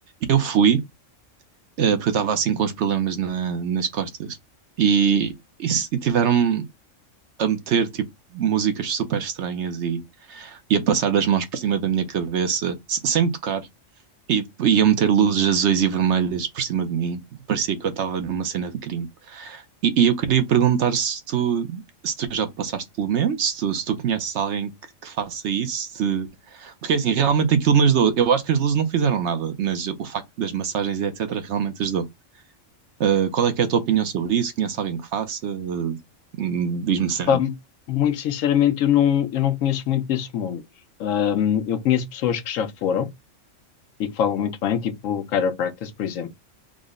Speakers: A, on the right (about 65°); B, on the left (about 80°).
A: eu fui, eh, porque eu estava assim com os problemas na- nas costas e, e, se- e tiveram-me a meter tipo músicas super estranhas e, e a passar as mãos por cima da minha cabeça, se- sem me tocar. E iam meter luzes azuis e vermelhas por cima de mim. Parecia que eu estava numa cena de crime. E, e eu queria perguntar se tu, se tu já passaste pelo mesmo, se tu, se tu conheces alguém que, que faça isso. se- Porque assim, realmente aquilo me ajudou. Eu acho que as luzes não fizeram nada, mas o facto das massagens e etc. realmente ajudou. Ah, qual é que é a tua opinião sobre isso? Conheces alguém que faça? Ah, hum, diz-me cena.
B: Pá, muito sinceramente, eu não, eu não conheço muito desse mundo. Ahm, eu conheço pessoas que já foram e que falam muito bem, tipo chiropractors, por exemplo.